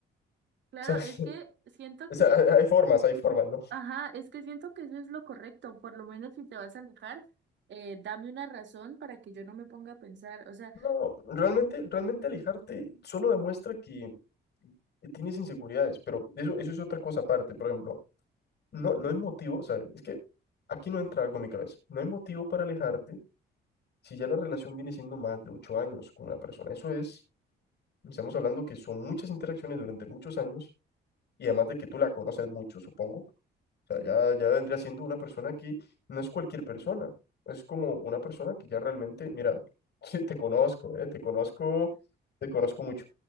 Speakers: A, on the right; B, on the left.
A: Claro,
B: O sea,
A: es
B: <laughs>
A: que siento
B: o
A: que,
B: sea, hay hay formas, hay formas, ¿no?
A: ajá, es que siento que eso es lo correcto, por lo menos si te vas a alejar, eh, dame una razón para que yo no me ponga a pensar, o sea,
B: No, realmente, realmente alejarte solo demuestra que tienes inseguridades, pero eso, eso es otra cosa aparte. Por ejemplo, no, no hay motivo, o sea, es que aquí no entra algo en mi cabeza. No hay motivo para alejarte si ya la relación viene siendo más de ocho años con una persona. Eso es, estamos hablando que son muchas interacciones durante muchos años y además de que tú la conoces mucho, supongo. O sea,
A: sí,
B: ya, ya vendría siendo una persona que no es cualquier persona. Es como una persona que ya realmente, mira, <laughs> sí, te conozco, eh, te conozco, te conozco mucho.